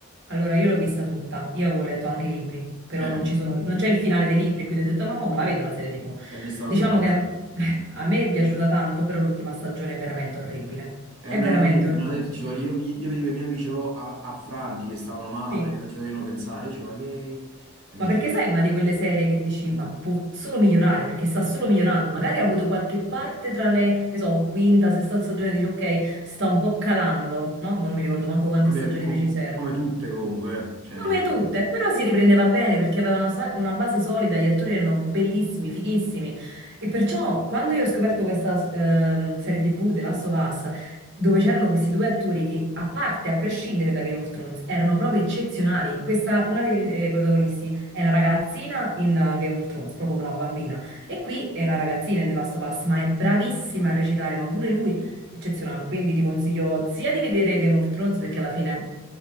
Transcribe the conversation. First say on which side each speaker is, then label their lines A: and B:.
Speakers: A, on the right; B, on the right.
A: Allora, io l'ho vista tutta, io avevo letto anche i libri, però
B: Eh,
A: non ci sono, non c'è il finale dei libri, quindi ho detto, mamma, me la vedo la serie TV.
B: e mi è stato
A: Diciamo
B: detto questa
A: che <laughs>
B: cosa.
A: eh,
B: Mm.
A: a me è piaciuta tanto, però l'ultima stagione è veramente orribile.
B: Eh,
A: È
B: me
A: veramente
B: l'hanno detto,
A: orribile,
B: me l'hanno detto, ci sono- io, io vedevo i miei amici oh, a- affranti che stavano male,
A: sì.
B: non ci potevano pensare, dicevo, ma che... ma che-"
A: Ma perché sai, è una di quelle serie che dici, ma può solo migliorare, perché sta solo migliorando. Magari ha avuto qualche parte tra le, che so, quinta, sesta stagione, dici, ok, sta un po' calando, no? Ma non mi ricordo manco quante
B: Vabbè,
A: stagioni
B: co-
A: precise erano.
B: come tutte comunque, eh. cioè...
A: Come tutte, però si riprendeva bene perché aveva una, sa- una base solida, gli attori erano bellissimi, fighissimi. E perciò quando io ho scoperto questa ehm, serie TV, The Last of Us, dove c'erano questi due attori che, a parte, a prescindere da Game of Thrones, erano proprio eccezionali. Questa, una dei eh, protagonisti è una ragazzina in eh, Game of Thrones, proprio una bambina. E qui è una ragazzina in The Last of Us, ma è bravissima a recitare, ma pure lui eccezionale. Quindi ti consiglio sia di vedere Game of Thrones perché alla fine.